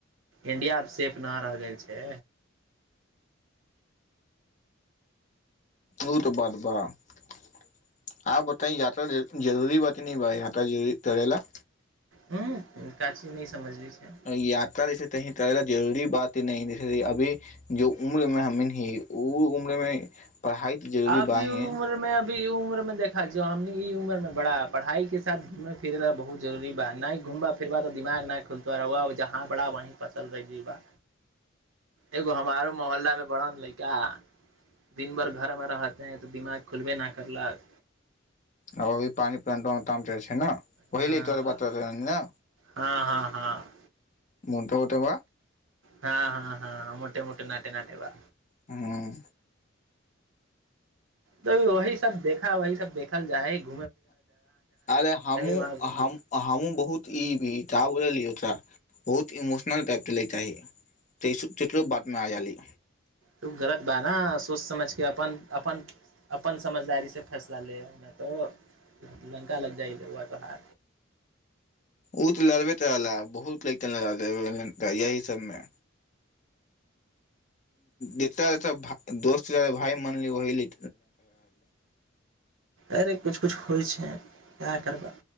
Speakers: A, on the right; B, on the left.
A: इण्डिया सेफ नहि रहि गेल छै
B: शू तऽ बाद बा आ बता य्र जरूरी बात न भाय यात ज धेला
A: ह काची नहिी समझली छै
B: याता दस कही तला जरूरी बात ही नहि अभी जो उम्र मे हमी ही ओ उम्र मे पढ़ाइ तऽ जरूरी
A: अभी
B: ब
A: उम्र
B: ह
A: मे अभी ई उम्र मे देखा ज हम ई उमर मे बड़ा पढ़ाई के साथ घूमे फिर ल बहुत जरुररी बा न नहि घुमबा फिरबा तऽ दिमाग नहि खुलतो जहाँ बड़ा वही फसल रह बा एगो हमारो मोहल्ला मे वरण लड़िका दिन भरि घरमे रहते हैं तऽ दिमाग खुलबे नहि करलक
B: आ अभी पानि प्लांटोमे ताम चै छै ने
A: हँ
B: बहिले तोर पात्र ने
A: हँ हँ हँ
B: मन्ट हो त व
A: हँ हँ हँ मोटे मोटे नटे नटे बा
B: हँ
A: त वही सब देखा वही सब देखल जाएगी
B: अरे हमहु
A: वहाँ घूम
B: हमहु बहुत ई भीटाो क बहुत इमोशनल टाइपके लैके चाही तइसुत चित्र बादमे आयाली
A: तू गलत बा ह सोच समझ के अपन अपन अपन समझदारी से फैसला ले तो लंका लग जाइ तो ह
B: ओ तऽ लड़बैत रहला बहुत लैकन लड़ यही सभमे जता रहता दोस्त भाय मनली ओहली
A: अरे किछु किछु होइ छै इएह करबा